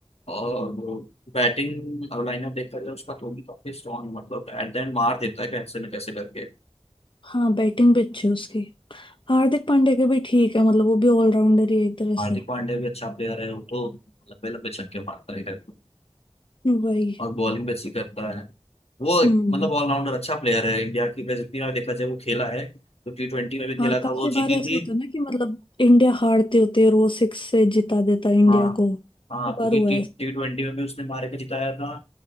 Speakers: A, on the left; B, on the left.
A: और वो बैटिंग लाइनअप देखा जाए उसका तो भी काफी स्ट्रॉन्ग मतलब एट द एंड मार देता है कैसे न कैसे करके
B: हाँ बैटिंग भी अच्छी है उसकी हार्दिक पांड्या के भी ठीक है मतलब वो भी ऑलराउंडर ही है एक तरह
A: हार्दिक
B: से
A: पांड्या भी अच्छा प्लेयर है वो तो लंबे लंबे छक्के मारता है करके।
B: वही
A: और बॉलिंग भी अच्छी करता है वो एक-
B: हम्म
A: मतलब ऑलराउंडर अच्छा प्लेयर है इंडिया की वैसे जितनी बार देखा जाए वो खेला है तो टी ट्वेंटी में भी खेला
B: और
A: था
B: काफी
A: वो जीती
B: बार ऐसा
A: थी
B: होता है ना कि मतलब इंडिया हारते होते हैं, रोज सिक्स से जिता देता है इंडिया
A: हाँ
B: को काफी
A: हाँ क्योंकि
B: बार हुआ
A: टी
B: है
A: टी ट्वेंटी में भी उसने मार के जिताया था